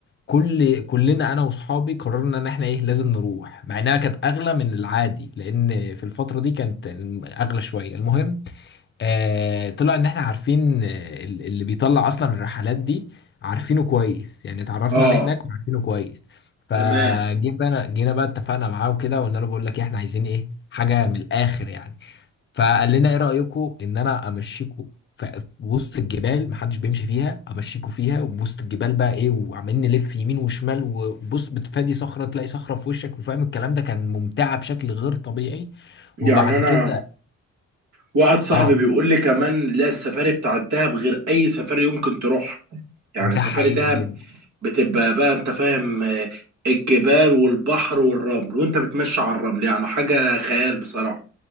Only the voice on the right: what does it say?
اه
تمام
يعني
انا
واحد صاحبي
بيقول لي كمان لا السفاري بتاع الدهب غير اي سفاري يمكن تروح يعني
سفاري
دهب
بتبقى بقى انت فاهم آه، الجبال والبحر والرمل وانت بتمشي على الرمل يعني حاجة خيال بصراحة